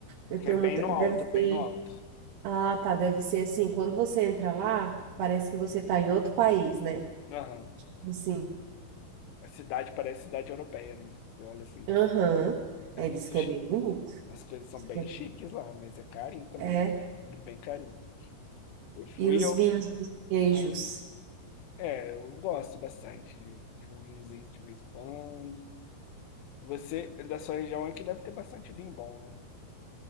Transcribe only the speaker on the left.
Só
que
é bem
no
alto,
bem no alto.
Aham.
A cidade parece cidade europeia, né? Você olha assim,
é
muito.
chi-
As coisas são
bem
chiques lá, mas é carinho também,
né? Tudo bem carinho. Eu fui,
eu.
ah, É, eu gosto bastante de de um vinhozinho de vez em quando. Você, da sua região aqui, deve ter bastante vinho bom, né?